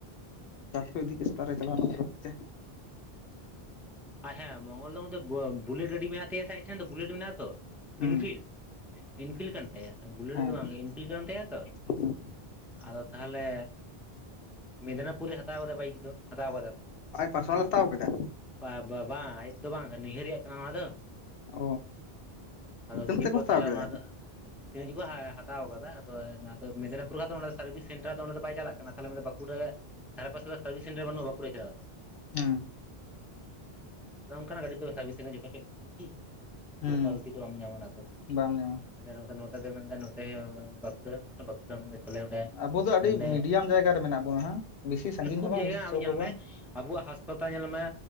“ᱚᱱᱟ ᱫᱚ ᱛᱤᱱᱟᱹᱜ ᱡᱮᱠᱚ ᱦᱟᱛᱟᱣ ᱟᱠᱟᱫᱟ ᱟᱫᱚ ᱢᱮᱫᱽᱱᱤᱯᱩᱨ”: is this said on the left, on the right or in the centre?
Centre